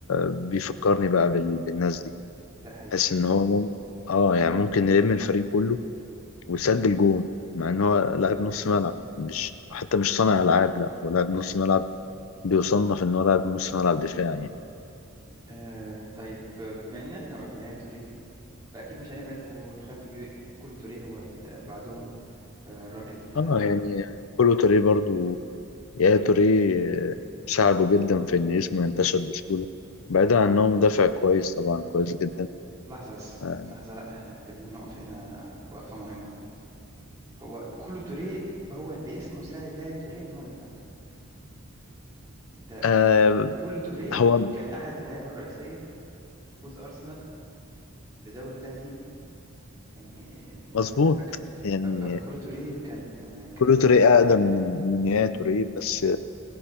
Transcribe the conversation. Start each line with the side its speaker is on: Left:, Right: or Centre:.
Left: بيفكرني بقى بال- بالناس دي
Right: ده حقيقي
Left: بحس ان هو مم... اه يعني ممكن يلم الفريق كله وسجل جون مع ان هو لاعب نص ملعب مش حتى مش صانع العاب لا هو لاعب نص ملعب بيصنف ان هو لاعب نص ملعب دفاعي يعني
Right: آه طيب آه، بما إن إحنا قلنا يا توريه فأكيد مش هنبعد ونخلي كولو توريه هو اللي بعدهم آه، الراجل
Left: اه يعني كولو توريه برضو يا توريه ساعده جدا في ان اسمه ينتشر بسهوله بعيدا عن انه مدافع كويس طبعا كويس جدا
Right: لحظة بس
Left: آه
Right: لحظة لأ احنا محتاجين نقف هنا وقفة مهمة هو كولو توريه هو اللي اسمه ساعد يا توريه إن هو يلعب أنت
Left: آه،
Right: كولو توريه
Left: هو
Right: كان أحد اللعيبة الرئيسية فوز أرسنال بدوري اللا هزيمة يعني
Left: مظبوط
Right: لو أنت فاكر
Left: يعني
Right: ف- ف- فكولو توريه كان كان
Left: كولو
Right: سفاح
Left: توريه اقدم من من يا توريه بس